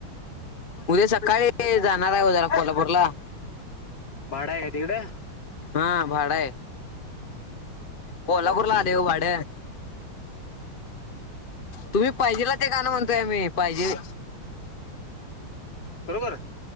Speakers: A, on the left (about 35°); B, on the left (about 55°).
A: उदे सकाळी ते जाणार आहे उद्याला कोल्हापूरला
B: भाडा आहे का तिकडे
A: हा भाड आहे. कोल्हापूर
B: बरं
A: आलय
B: बरं
A: व भाड. तुम्ही पाहिजेला ते गाण म्हणतोय आम्ही. पाहिजे
B: बरोबर